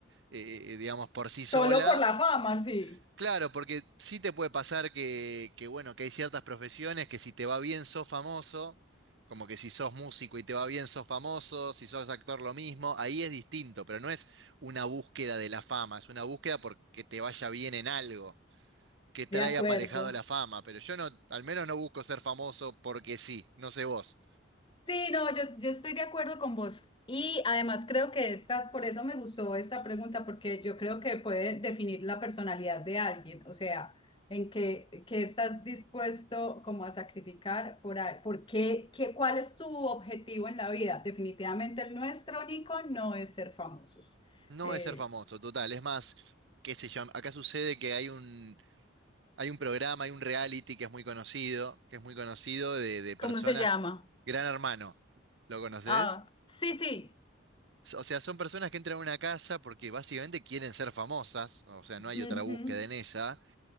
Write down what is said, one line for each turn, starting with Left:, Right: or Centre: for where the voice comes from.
Right: eh, eh, digamos, por
Left: Solo
Right: sí sola.
Left: por la fama, sí.
Right: Claro, porque sí te puede pasar que, que, bueno, que hay ciertas profesiones que si te va bien sos famoso, como que si sos músico y te va bien sos famoso, si sos actor lo mismo, ahí es distinto, pero no es una búsqueda de la fama, es una búsqueda porque te vaya bien en algo que trae
Left: De acuerdo.
Right: aparejado la fama, pero yo no, al menos no busco ser famoso porque sí, no sé vos.
Left: Sí, no, yo, yo estoy de acuerdo con vos. Y además creo que esta, por eso me gustó esta pregunta, porque yo creo que puede definir la personalidad de alguien, o sea, en qué, qué estás dispuesto como a sacrificar por, a- por qué, qué, cuál es tu objetivo en la vida. Definitivamente el nuestro, Nico, no es ser famosos.
Right: No
Left: Eh,
Right: es ser famoso, total. Es más, qué sé yo, acá sucede que hay un, hay un programa, hay un reality que es muy conocido, que es muy conocido de, de
Left: ¿cómo
Right: personas,
Left: se llama?
Right: Gran Hermano, ¿lo conoces?
Left: Ah, sí, sí.
Right: O sea, son personas que entran a una casa porque básicamente quieren ser famosas, o sea,
Left: Ujú.
Right: no hay otra búsqueda en esa,